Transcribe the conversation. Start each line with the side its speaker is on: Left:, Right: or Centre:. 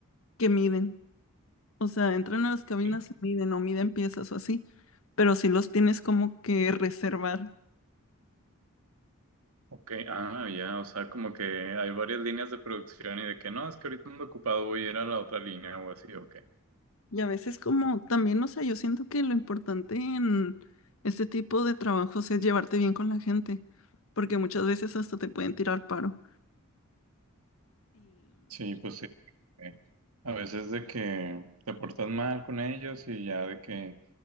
Left: que miden. O sea, entran a las cabinas
Right: Sí,
Left: y miden o miden piezas o así, pero sí los tienes como que reservar.
Right: Ok, ah, ya, o sea, como que hay varias líneas de producción y de que no, es que ahorita ando ocupado, voy a ir a la otra línea o así, ok.
Left: Y a veces como también, o sea, yo siento que lo importante en este tipo de trabajos es llevarte bien con la gente, porque muchas veces hasta te pueden tirar paro.
Right: Sí, pues sí. eh, A veces de que te portas mal con ellos y ya de que